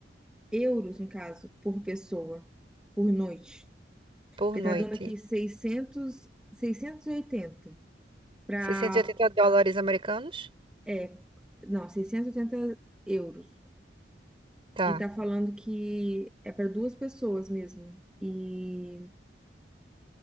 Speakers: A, in the centre; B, on the right.
A: euros, no caso, por pessoa, por noite.
B: Por
A: Porque
B: noite,
A: tá dando aqui seiscentos, seiscentos e oitenta para.
B: 680 dólares americanos?
A: É, não, seiscentos e oitenta euros.
B: Tá.
A: E tá falando que é para duas pessoas mesmo. E.